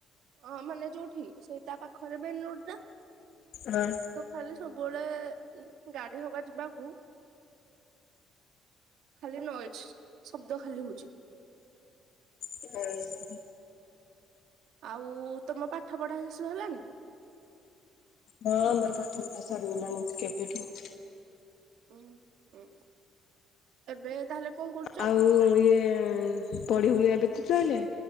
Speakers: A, on the right; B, on the left.
A: ଅଁ ମାନେ ଯୋଉଠି ସେଇ ତା ପାଖରେ ମାନରୋଡ୍ଟ ଟା
B: ହଁ।
A: ତ ଖାଲି ସବୁବେଳେ ଗାଡି ହବା ଯିବାକୁ ଖାଲି ନ ଶବ୍ଦ ଖାଲି ହଉଛି।
B: ହୁଁ।
A: ଆଉ ତମ ପାଠ ପଢା ଶିଶୁ ହେଲାଣି
B: ହଁ ମୋ ପଠ ପଢା ସରିଗଲା ନି କେବେ ଠୁ।
A: ଉୁଁ ହଁ ଏବେ ତାହେଲେ କଣ କରୁଛ?
B: ଆଉ ଇଏ ପଢିବୁନି ଏବେ ତୁ ତାହଲେ